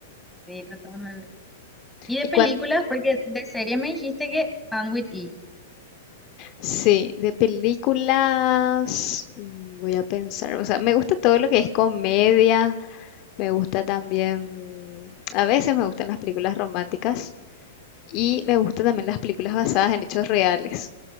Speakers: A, in the centre; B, on the left.
A: sí, totalmente. Y de
B: Y
A: películas,
B: cuan-
A: porque de serie me dijiste que Anne with E.
B: sí, de películas, mm, voy a pensar, o sea, me gusta todo lo que es comedia, me gusta también, a veces me gustan las películas románticas y me gustan también las películas basadas en hechos reales.